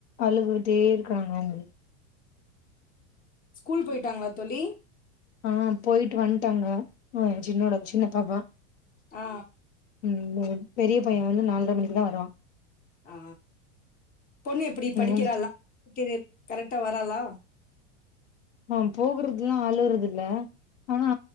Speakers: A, on the left; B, on the left.
A: அழுதுட்டே இருக்காங்க அவுங்க
B: ஸ்கூல் போயிட்டாங்ளா தோழி?
A: ஆ போயிட்டு வன்ட்டாங்க சின்னோட சின்ன பாப்பா
B: ஆ
A: ம் பெரிய பைய வந்து நால்ர மணிக்குதா வருவா
B: ஆ பொண்ணு எப்டி படிக்குறாளா
A: ம்
B: <unintelligible> கரெக்ட்டா வ ராலா
A: ஆ போகுறதுல்லா அழுறதுல்ல ஆனா